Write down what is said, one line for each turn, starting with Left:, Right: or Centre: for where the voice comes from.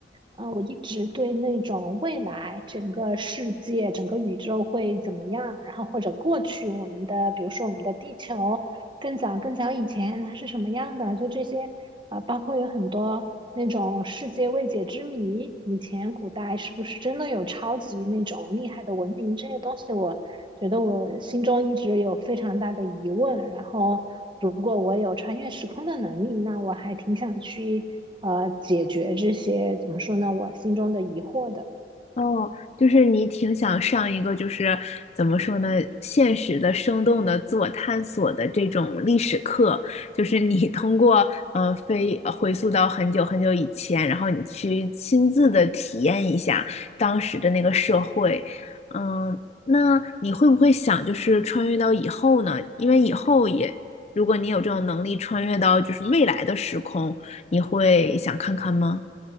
Right: 啊，我一直对那种未来整个世界、整个宇宙会怎么样，然后或者过去我们的，比如说我们的地球更早更早以前它是什么样的，就这些，啊，包括有很多那种世界未解之谜，以前古代是不是真的有超级那种厉害的文明这些东西，我觉得我心中一直有非常大的疑问，然后。如果我有穿越时空的能力，那我还挺想去呃解决这些怎么说呢，我心中的疑惑的。
Left: 哦，就是你挺想上一个，就是怎么说呢，现实的、生动的、自我探索的这种历史课，就是你通过嗯呃飞呃回溯到很久很久以前，然后你去亲自的体验一下当时的那个社会，嗯，那你会不会想就是穿越到以后呢？因为以后也，如果你有这种能力穿越到就是未来的时空，你会想看看吗？